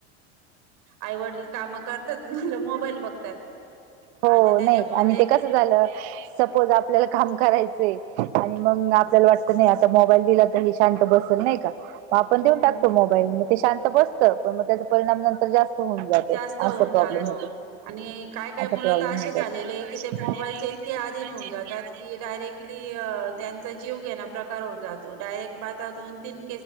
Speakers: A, on the right; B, on the right.
A: आईवडील कामं करतात न मोबाईल बघतात.
B: हो
A: आणि त्याच्यामुळे
B: नाही आणि ते कसं झालं सपोज आपल्याला काम करायच, आणि मग
A: हम्म
B: आपल्याला वाटत नाही, आता मोबाईल दिला तर हे शांत बसल नाही का? मग आपण
A: हम्म
B: देऊन टाकतो मोबाईल मग ते शांत बसतं पण मग त्याचा परिणाम नंतर जास्त होऊन जातो,
A: जास्त होऊन
B: असा प्रॉब्लेम
A: जातो
B: होतो.
A: आणि काय काय
B: असा
A: मुलं
B: प्रॉब्लेम
A: तर असे झालेले
B: त झा
A: आहे की ते मोबाईलचे
B: <unintelligible>
A: इतके आधीन होऊन जातात की डायरेक्टली त्यांचा जीव केला प्रकार होऊन जातो आता एक दोन तीन